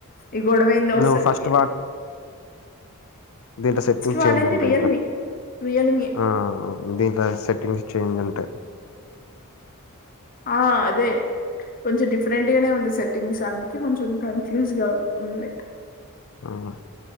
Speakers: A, on the left; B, on the left.
A: ఈ గొడవెందో
B: నువ్వు
A: అసల్కి
B: ఫస్ట్ దింట్లో సెట్టింగ్
A: వాడింది
B: చేంజ్ ఉంటాయి
A: రియల్మీ
B: ఇలా
A: రియల్మీ
B: ఆ దింట్ల సెట్టింగ్స్ చేంజ్ ఉంటాయ్
A: ఆ అదే కొంచెం డిఫరెంట్ గానే ఉంది సెట్టింగ్స్ అందుక్ చెం కొంచెం కన్ఫ్యూజ్గా ఉంది.
B: ఉ